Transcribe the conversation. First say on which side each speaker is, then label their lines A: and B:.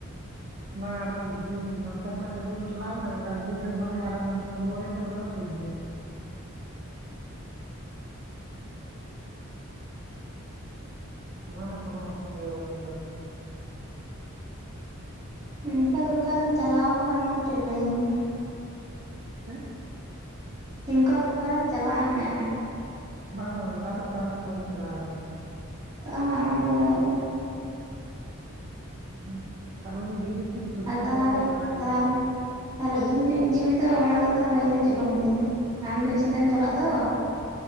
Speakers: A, on the right; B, on the right.
A: ᱵᱟᱝ ᱟᱫᱚ ᱡᱩᱫᱤ ᱱᱚᱱᱛᱮ ᱠᱷᱚᱱᱟᱜ ᱜᱮ ᱨᱩᱢ ᱪᱟᱞᱟᱣ ᱮᱱᱟ ᱚᱱᱰᱮ ᱨᱩ ᱴᱷᱮᱱ ᱠᱷᱚᱱᱟᱜ ᱜᱮ ᱟᱨᱚ ᱱᱚᱛᱮᱢ ᱨᱩᱣᱟᱹᱲ ᱦᱮᱡ ᱮᱱᱟ ᱚᱱᱟ ᱫᱚ ᱴᱷᱤᱠ ᱜᱮᱭᱟ ᱚᱱᱟ ᱠᱚ ᱚᱥᱩᱵᱤᱫᱷᱟ ᱵᱟᱱᱩᱜ ᱟᱠᱟᱫᱟ
B: ᱚᱱᱠᱟ ᱫᱚ ᱚᱠᱟᱨᱮᱢ ᱪᱟᱞᱟᱣ ᱠᱟᱱᱟ ᱚᱱᱟ ᱠᱟᱹᱴᱤᱡ ᱞᱟᱹᱭ ᱢᱮ?
A: ᱦᱮ
B: ᱚᱱᱠᱟ ᱫᱚ ᱚᱠᱟᱨᱮᱢ ᱪᱟᱞᱟᱣᱮᱱᱟ
A: ᱵᱟᱝ ᱵᱟᱝ ᱚᱱᱠᱟ ᱫᱚ ᱚᱠᱟ ᱨᱮᱦᱚ ᱵᱟᱹᱧ ᱪᱟᱞᱟᱣ ᱠᱟᱱᱟ
B: ᱛᱟᱦᱟ ᱦᱚ ᱚᱱᱟ ᱜᱮ ᱞᱟᱹᱭ ᱮᱫ ᱫᱚ
A: ᱚ ᱟᱨ ᱩᱱᱤ ᱫᱤᱫᱤ ᱴᱤᱜ ᱥᱩᱠᱨᱚ
B: ᱟᱨ ᱛᱟᱦᱚᱞᱮ
A: ᱵᱟᱨ ᱠᱚ ᱡᱟᱢᱟᱭᱮ
B: ᱛᱟᱦᱚᱞᱮ
A: ᱠᱟᱱᱟ
B: ᱛᱟᱦᱚᱞᱮ ᱤᱧ ᱫᱚᱧ ᱤᱫᱤ ᱢᱮᱫᱚ ᱚᱱᱟᱫᱚ ᱛᱟᱦᱚᱞᱮ ᱤᱧ ᱫᱚ ᱪᱮᱫ ᱠᱚ ᱢᱤᱛᱟᱹᱧᱟ ᱟᱢ ᱫᱚ ᱤᱧ ᱥᱟᱛᱮᱢ ᱪᱟᱞᱟᱜ ᱫᱚ